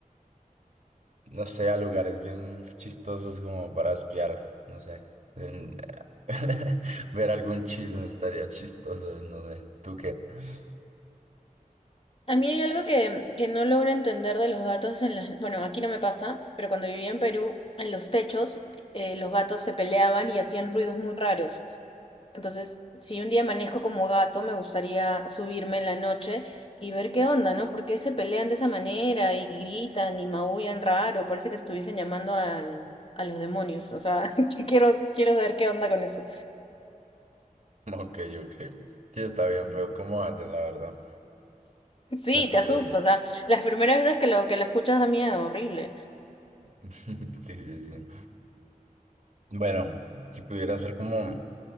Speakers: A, on the right; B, on the left.
A: no sé, a lugares bien chistosos como para espiar, no sé. en- <laughs> Ver algún chisme estaría chistoso, no sé. ¿Tú qué? <laughs>
B: A mí hay algo que, que no logro entender de los gatos en las... Bueno, aquí no me pasa, pero cuando vivía en Perú, en los techos, eh, los gatos se peleaban y hacían ruidos muy raros. Entonces, si un día amanezco como gato, me gustaría subirme en la noche y ver qué onda, ¿no? ¿Por qué se pelean de esa manera y gritan y maullan raro? Parece que estuviesen llamando al, a los demonios. O sea, <laughs> que quiero, quiero saber qué onda con eso.
A: Ok, ok. Sí, está bien, pero ¿cómo hacen, la verdad?
B: Sí,
A: Suena
B: te asusta.
A: horrible.
B: O sea, las primeras veces que lo, que lo escuchas da miedo, horrible.
A: <laughs> Sí, sí, sí. Bueno, si pudiera ser como